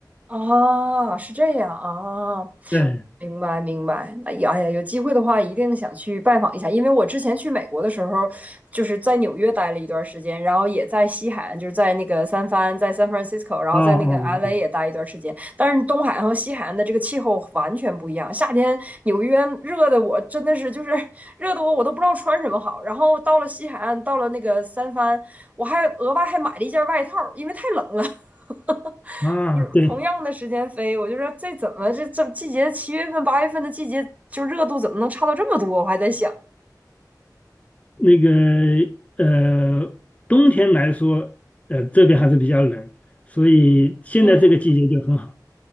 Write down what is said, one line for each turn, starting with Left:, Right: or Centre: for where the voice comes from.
Right: 啊，是这样啊，
Left: 对，
Right: 明白，明白。那也，哎呀，有机会的话，一定想去拜访一下。因为我之前去美国的时候，就是在纽约待了一段时间，然后也在西海岸，就是在那个三藩，在 San Francisco，然后在那个
Left: 哦哦
Right: LA 也待一段时间。但是东海岸和西海岸的这个气候完全不一样。夏天纽约热的我真的是就是 <laughs> 热的我我都不知道穿什么好。然后到了西海岸，到了那个三藩，我还额外还买了一件外套，因为太冷了。<laughs>
Left: 哦，啊，
Right: 不是同样的时间飞，
Left: 对，
Right: 我就说这怎么这这季节七月份八月份的季节，就热度怎么能差到这么多？我还在想，
Left: 那个呃，冬天来说，呃，这边还是比较冷，所以现在这个季节就很好。
Right: 嗯